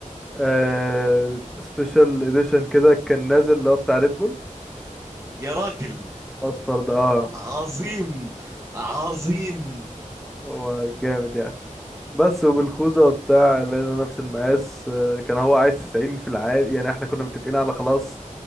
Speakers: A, in the centre; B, on the right.
A: آه سبيشال اديشن كده كان نازل اللي هو بتاع ريد بول
B: يا راجل
A: اصفر ده اه
B: عظيم عظيم
A: هو جامد يعني بس وبالخوذة وبتاع لقينا نفس المقاس آه كان هو عايز 90 في العادي يعني احنا كنا متفقين على خلاص